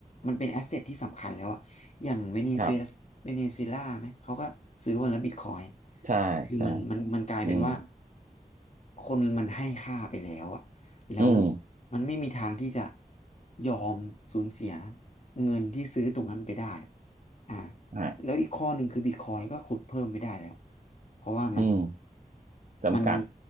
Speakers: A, on the left; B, on the right.
A: มันเป็นแอสเซทที่สำคัญแล้วอะอย่างเวเนซุเอลาเวเนซุเอลาไหมเขาก็ซื้อวันละบิตคอยน์
B: ครับใช่ใช่
A: คือมันมันมันกลายเป็นว่า
B: อืม
A: คนมันให้ค่าไปแล้วอะแล้ว
B: อืม
A: มันไม่มีทางที่จะยอมสูญเสียเงินที่ซื้อตรงนั้นไปได้อ่า
B: ฮะ
A: แล้วอีกข้อหนึ่งคือบิตคอยก็ขุดเพิ่มไม่ได้แล้ว เพราะว่ามัน
B: อืมจำกัด
A: มัน